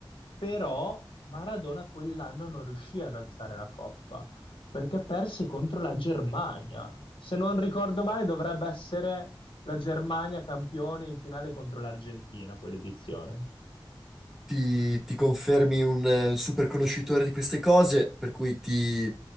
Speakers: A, on the left; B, in the centre.
A: però Maradona quell'anno non riuscì ad alzare la coppa perché persi contro la Germania. Se non ricordo male, dovrebbe essere la Germania campione in finale contro l'Argentina, quell'edizione.
B: ti, ti confermi un eh, super conoscitore di queste cose, per cui ti,